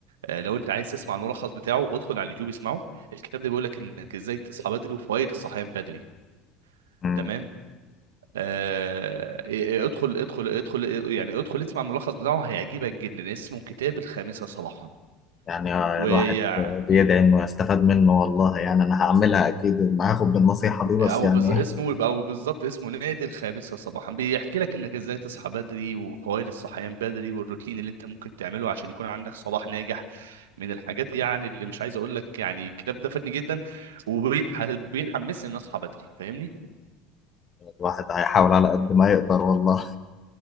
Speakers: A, on the right; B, on the left.
A: آه، لو انت عايز تسمع الملخص بتاعه ادخل على اليوتيوب اسمعه الكتاب ده بيقول لك انك ازاي تصحى بدري وفوائد الصحيان بدري
B: مم.
A: تمام آه إيه- إيه، ادخل ادخل ادخل إيه، يعني ادخل اسمع الملخص بتاعه هيعجبك جدا اسمه كتاب الخامسة صباحا
B: يعني
A: ويعني
B: الواحد بيدعي انه يستفاد منه والله يعني انا هعملها اكيد ما هاخد بالنصيحة دي بس
A: او
B: يعني
A: بز... اسمه او بالظبط اسمه نادي الخامسة صباحا بيحكي لك انك ازاي تصحى بدري وفوائد الصحيان بدري والروتين اللي انت ممكن تعمله عشان يكون عندك صباح ناجح من الحاجات يعني اللي مش عايز اقول لك يعني الكتاب ده فادني جدا وبيحمسني ان اصحى بدري فاهمني
B: الواحد هيحاول على قد ما يقدر والله